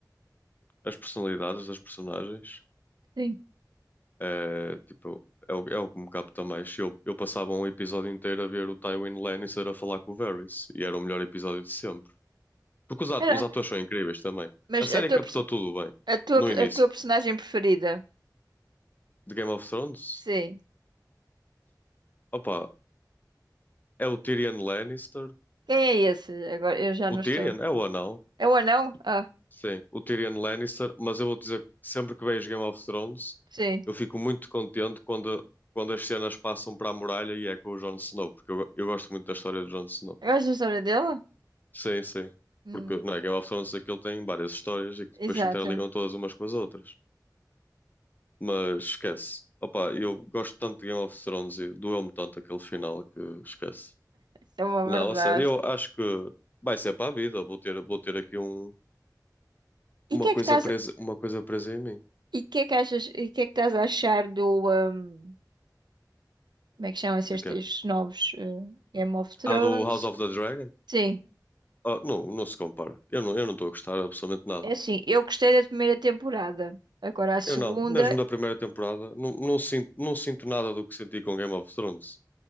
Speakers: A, on the left; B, on the right.
A: as personalidades das personagens,
B: Sim.
A: é, tipo, é o, é o que me capta mais. Eu, eu passava um episódio inteiro a ver o Tywin Lannister a falar com o Varys, e era o melhor episódio de sempre. Porque os, ato-
B: Era.
A: os atores são incríveis também.
B: Mas
A: A série
B: a teu
A: captou
B: personagem.
A: tudo bem
B: A tua,
A: no início
B: a tua personagem preferida?
A: de Game of Thrones.
B: Sim.
A: Opa, é o Tyrion Lannister.
B: Quem é esse? Agora eu já
A: O
B: não estou.
A: Tyrion é o anão.
B: É o anão? Ah,
A: Sim, o Tyrion Lannister. Mas eu vou dizer que sempre que vejo Game of Thrones,
B: sim.
A: eu fico muito contente quando, quando as cenas passam para a muralha e é com o Jon Snow, porque eu, go- eu gosto muito da história do Jon Snow.
B: Gostas da história dele?
A: Sim, sim.
B: Hum,
A: Porque não é, Game of Thrones aquilo tem várias histórias e que
B: exato.
A: depois se interligam todas umas com as outras. Mas esquece. Opa, eu gosto tanto de Game of Thrones e doeu-me tanto aquele final que esquece.
B: Isso é uma
A: Não,
B: verdade.
A: a sério, eu acho que vai ser para a vida. Vou ter, vou ter aqui um, uma
B: E que é
A: coisa
B: que estás,
A: presa, uma coisa presa em mim.
B: e que é que achas, e que é que estás a achar do, hum, como é que chamam-se
A: De
B: estes,
A: quê?
B: estes novos, eh, Game of Thrones?
A: A do House of the Dragon?
B: Sim.
A: Ah, não, não se compara. Eu não, eu não estou a gostar absolutamente nada.
B: É assim, eu gostei da primeira temporada. Agora a segunda,
A: Eu não, mesmo da primeira temporada, não, não sinto, não sinto nada do que senti com Game of Thrones.